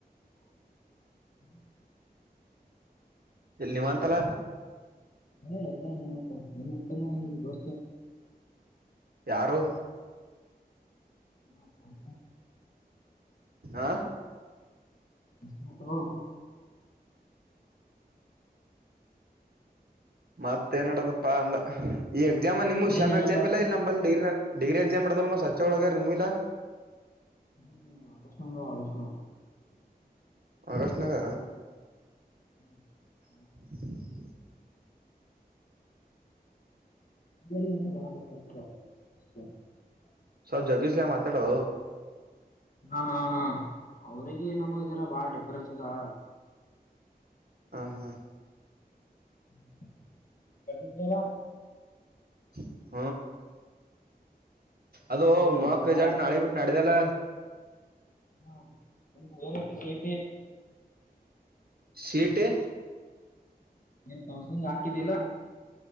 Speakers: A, on the left; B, on the right.
A: <inaudible>
B: ನಿಮ್ಮಅಂತಲ್ಲ
A: ಹ ಎಲ್ಲ <unintelligible> ನಿಮ್ಮ ದೋಸ್ತಗೆ
B: ಯಾರು
A: <inaudible>
B: ಆ
A: <unintelligible>
B: ಮತ್ತ ಏನ್ ಮಾಡಡದಪ್ಪಾ ಅಂದ ಈ ಎಕ್ಸಾಮ ನಿಮ ಶ್ಯಾಮಿ
A: ಏನಿಲ್ಲಪ್ಪ
B: ಎಕ್ಸಾಮ್ ಇಲ್ಲಾ ಇಲ್ಲ ನಂಬಲ್ಲಿ ಡಿಗ್ರಿ ಡಿಗ್ರಿ ಎಕ್ಸಾಮ್ ಮಾಡಡದಲ್ ಮ ಸಚ್ಚೆ ಒಳಗರ್ ನಿಮ್ಮಗಿಲ್ಲ
A: ಹ್ಮ ಆಗಸ್ಟ್ ನಾ ಆಗಸ್ಟ್
B: ಆಗಸ್ಟ್ ನಾಗ
A: ಹ್ಮ್
B: <inaudible>
A: <unintelligible>
B: ಸವ ಜಗ್ಗಿಸಲಾ ಮಾತಾಡೋ
A: ಹಾ ಹಾ ಹಾ ಅವ್ರಿಗೆ ನಮ್ಮ ಇದರ ಬಾಳ ಡಿಫ್ರೆನ್ಸ್ ಇದಾವ
B: ಹ ಹಾ
A: <unintelligible>
B: <inaudible> ಅದು
A: ಓ
B: ಮೊಕ್
A: ಜರಾ
B: ರೆಸಲ್ಟ್ ನಾಳೆ ಬಿಟ್ಟು ನಾಳಿದ್ದಲ್ಲ
A: ಹಾ <unintelligible> ಟಿ ಟಿ
B: ಸಿ ಈ ಟಿ
A: ನಿನ್ ಕೋಸಲ್ಲಿಂಗ್ ಹಾಕಿದಿಲ್ಲ